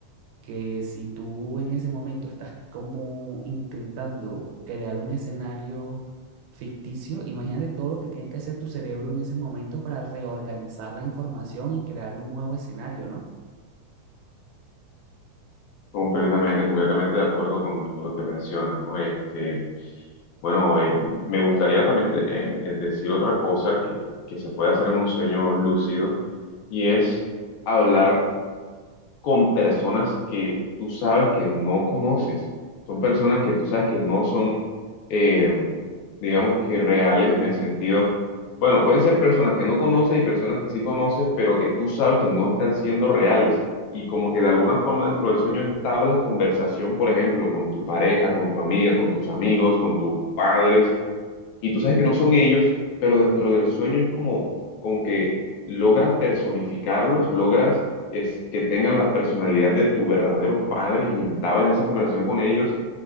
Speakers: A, on the right (about 80°); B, on the left (about 75°).
A: que si tú en ese momento estás como intentando crear un escenario ficticio, imagínate todo lo que tiene que hacer tu cerebro en ese momento para reorganizar la información y crear un nuevo escenario, ¿no?
B: Completamente, completamente de acuerdo con, con lo que mencionas, ¿no? Este. Bueno, eh, me gustaría también de- em, eh, decir otra cosa que, que se puede hacer en un sueño lúcido y es hablar con personas que tú sabes que no conoces. Son personas que tú sabes que no son, eh, digamos que reales en el sentido, bueno, pueden ser personas que no conoces y personas que sí conoces, pero que tú sabes que no están siendo reales. Y como que de alguna forma dentro del sueño entablas conversación, por ejemplo, con tu pareja, con tu amiga, con tus amigos, con tus padres y tú sabes que no son ellos, pero dentro del sueño es como, como que logras personificarlos, logras que, s- que tengan la personalidad de tus verdaderos padres y entablas esa conversación con ellos